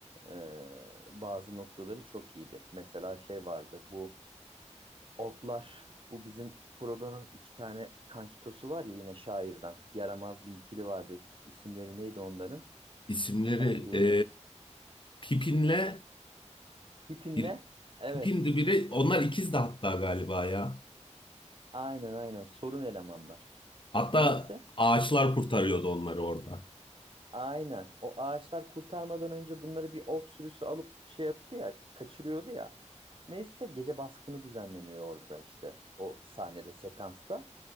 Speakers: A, on the right; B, on the left.
A: e, bazı noktaları çok iyiydi. Mesela şey vardı bu Otlar. Bu bizim Frodo'nun iki tane kankitosu var ya yine şairden. Yaramaz bir ikili vardı. İsimleri neydi onların?
B: İsimleri
A: Hatırlayabildim.
B: e, Pipin'le
A: Pippin'le?
B: bir
A: Evet.
B: Pipin'di biri. Onlar ikizdi hatta galiba ya.
A: Aynen aynen. Sorun elemanlar.
B: Hatta
A: Neyse.
B: ağaçlar kurtarıyordu onları orada.
A: Aynen. O ağaçlar kurtarmadan önce bunları bir ork sürüsü alıp şey yaptı ya, kaçırıyordu ya. Neyse gece baskını düzenleniyor orada işte. O sahnede, sekansta.